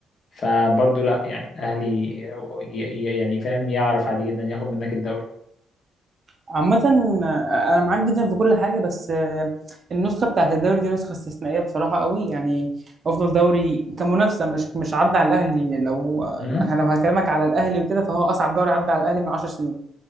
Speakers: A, on the left; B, on the right.
A: فبرضه لأ يعني الأهلي ي- ي- يعني فاهم يعرف عادي جدا ياخد منك الدوري
B: عامة آه، أنا معاك جدا في كل حاجة بس آه، النسخة بتاعت الدوري دي نسخة استثنائية بصراحة قوي يعني أفضل دوري كمنافسة مش مش عدى على الأهلي لو
A: أمم،
B: أنا لو هكلمك على الأهلي وكده فهو أصعب دوري عدى على الأهلي من 10 سنين